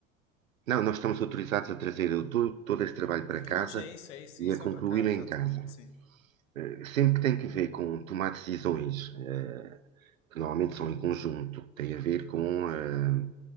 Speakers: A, on the right; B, on the left.
A: não, nós estamos autorizados
B: E-
A: a trazer o to- todo este trabalho para
B: Prontos,
A: casa
B: é isso, é isso,
A: e
B: isso
A: a concluí-lo
B: vai para casa,
A: em
B: exatamente,
A: casa.
B: sim.
A: Eh, Sempre que tem que ver com tomar decisões, eh, que normalmente são em conjunto, tem a ver com eh,